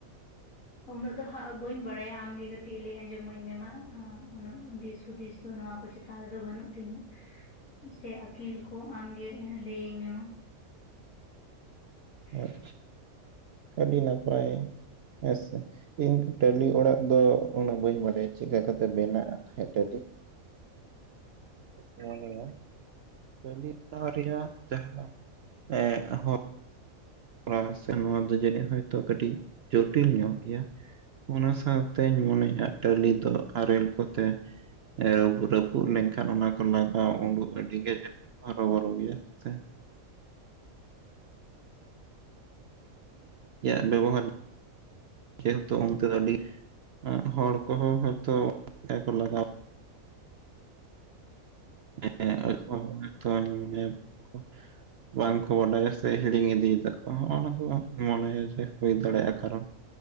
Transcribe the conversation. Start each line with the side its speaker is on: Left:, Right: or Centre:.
Left: ᱩᱱᱟᱹᱜ ᱫᱚ ᱦᱟᱸᱜ ᱵᱟᱹᱧ ᱵᱟᱲᱟᱭᱟ ᱟᱢᱜᱮ ᱠᱟᱴ ᱴᱤᱡ ᱞᱟ. ᱭ ᱟᱸᱡᱚᱢᱟ. ᱧ ᱢᱮ ᱢᱟ, ᱩᱱᱟᱹᱜ ᱫᱤᱥ ᱦᱩᱫᱤᱥ ᱫᱚ ᱱᱚᱣᱟ ᱠᱚ ᱪᱮᱛᱟᱱ ᱨᱮᱫᱚ ᱵᱟᱹᱱᱩᱜ ᱛᱤᱧᱟᱹ᱾ ᱥᱮ ᱟᱹᱠᱤᱞ ᱠᱚ ᱟᱢᱜᱮ ᱞᱟᱹᱭᱤᱧ ᱢᱮ ᱢᱟ᱾
Right: ᱦᱮᱸ
Left: <inaudible>
Right: ᱟᱹᱰᱤ ᱱᱟᱯᱟᱭ, ᱦᱮᱸᱥᱮ? ᱤᱧ ᱫᱚ ᱴᱟᱹᱞᱤ ᱚᱲᱟᱜ ᱫᱚ ᱩᱱᱟᱹᱜ ᱵᱟᱹᱧ ᱵᱟᱰᱟᱭᱟ ᱪᱮᱫᱠᱟ ᱠᱟᱛᱮ ᱵᱮᱱᱟᱜ-ᱟ <unintelligible> ᱴᱟᱹᱞᱤ᱾ <inaudible> ᱢᱚᱱᱮᱭᱟ᱾ ᱴᱟᱹᱞᱤ <inaudible> ᱨᱮᱭᱟᱜ ᱡᱟᱦᱟᱸ ᱮᱸ ᱦᱚ <inaudible> ᱥᱮ ᱱᱚᱣᱟ ᱫᱚ ᱡᱟᱹᱱᱤᱡ ᱦᱚᱭᱛᱳ ᱠᱟᱹᱴᱤᱡ ᱡᱚᱴᱤᱞ ᱧᱚᱜ ᱜᱮᱭᱟ᱾ ᱚᱱᱟ ᱥᱟᱶᱛᱮᱧ ᱢᱚᱱᱮᱭᱟ ᱴᱟᱹᱞᱤ ᱫᱚ ᱟᱨᱮᱞ ᱠᱚᱛᱮ ᱮ ᱨᱟᱯᱩ ᱨᱟᱹᱯᱩᱫ ᱞᱮᱱᱠᱷᱟᱱ ᱚᱱᱟ ᱠᱚ ᱞᱟᱜᱟᱣ ᱩᱸᱰᱩᱜ ᱟᱹᱰᱤ ᱜᱮ <inaudible> ᱦᱚᱨᱚᱵᱚᱨᱚ ᱜᱮᱭᱟ᱾ ᱥᱮ <inaudible> ᱵᱮᱵᱚᱦᱟᱨ ᱡᱮᱦᱮᱛᱩ ᱚᱱᱛᱮ ᱟᱹᱰᱤ ᱮᱸᱜ ᱦᱚᱲ ᱠᱚᱦᱚᱸ ᱦᱚᱭᱛᱚ <inaudible> ᱞᱟᱜᱟᱣ <inaudible> ᱵᱟᱝ ᱠᱚ ᱵᱟᱰᱟᱭᱟ ᱥᱮ ᱦᱤᱲᱤᱧ ᱤᱫᱤᱭ ᱫᱟᱠᱚ ᱦᱚᱸᱜ-ᱚ ᱱᱟ ᱠᱚ ᱢᱚᱱᱮᱭᱟ ᱡᱮ ᱦᱩᱭ ᱫᱟᱲᱮᱭᱟᱜ-ᱟ ᱠᱟᱨᱚᱱ